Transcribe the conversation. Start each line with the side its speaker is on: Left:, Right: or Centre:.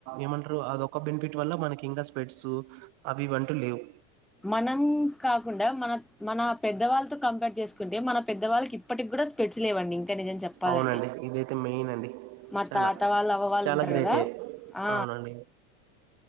Right: ఏమంటారు అదొక బెనిఫిట్ వల్ల మనకి ఇంకా స్ప్రెడ్స్ అవి ఇవ్వంటూ లేవు
Centre: మనం కాకుండా మన మన పెద్దవాళ్ళతో కంపర్ట్ చేసుకుంటే మన పెద్దవాళ్ళకి ఇప్పటికి కూడా స్పెడ్స్ లేవండి ఇంకా నిజం చెప్పాలంటే
Right: అవునండి ఇదైతే మెయిన్ అండి
Centre: మా
Right: చాలా
Centre: తాత వాళ్ళు అవ్వవాళ్ళు
Right: చాలా
Centre: ఉంటారు
Right: గ్రేటే
Centre: కదా ఆ
Right: అవునండి